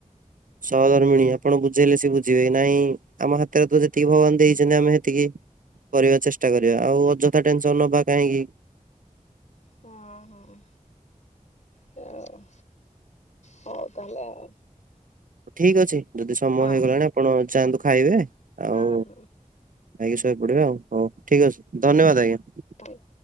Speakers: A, on the right; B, on the left.
A: ସହଧର୍ମିଣୀ ଆପଣ ବୁଝେଇଲେ ସେ ବୁଝିବେ ନାଇଁ ଆମ ହାତରେ ତ ଯେତିକି ଭଗବାନ ଦେଇଛନ୍ତି ଆମେ ସେତିକି କରିବାକୁ ଚେଷ୍ଟା କରିବା ଆଉ ଅଯଥା ଟେନସନ ନବା କାହିଁକି?
B: ହଁ ହଁ ହଁ ହଉ ତାହେଲେ ଆଉ
A: ଠିକ ଅଛି ଯଦି ସମୟ
B: ହଁ
A: ହେଇଗଲାଣି ଆପଣ ଯାଆନ୍ତୁ ଖାଇବେ? ଆଉ
B: ହଁ ହଁ।
A: ଖାଇକି ଶୋଇ ପଡିବେ ଆଉ ହଉ ଠିକ ଅଛି ଧନ୍ୟବାଦ ଆଜ୍ଞା।
B: ଥ୍ୟାଙ୍କ୍